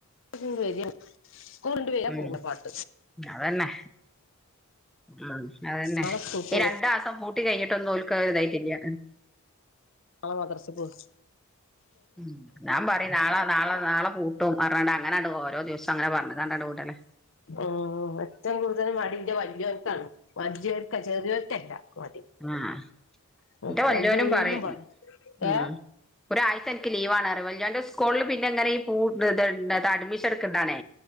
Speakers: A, on the left (about 55°); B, in the centre.
A: സ്കൂൾണ്ട് വെര സ്കൂൾണ്ട് വരി
B: ഉം
A: പോകുന്ന പാട്ട്.
B: അതന്നെ. ഉ അതന്നെ
A: നാളെ സ്കൂൾക്ക്
B: ഈ
A: പോവാ
B: രണ്ട മാസം പൂട്ടി കഴിഞ്ഞിട്ടൊന്നും ഉൽക്കാ ഇതായിട്ടല്ല.
A: നള മദ്രസകൊ.
B: ഉം ഞാൻ പറ നാളെ നളെ നാളെ പൂട്ടും അങ്ങനാണ്ട് ഓരോ ദിവസം അങ്ങനെ പറഞ്ഞങ്ങാണ്ട് വിടല്.
A: മം ഏറ്റവും കൂടുതൽ മടിന്റെ വല്ല്യോനക്കാണ്. വല്ല്യോർക്ക ചെറിയർക്കല്ല മടി.
B: ആഹ്
A: മം
B: എന്റെ
A: വൽതന്നും
B: വല്യോനും പറയും
A: പറിം
B: ഉം
A: ഏ.
B: ഒരാഴ്ച എനിക്ക് ലീവാണ് അറിം വല്ല്യോന്റെ സ്കൂളിൽ പിന്നെ ങ്ങനെപൂണ്ത് ഇണ്ട് അഡ്മിഷൻ എക്കനതാണ്.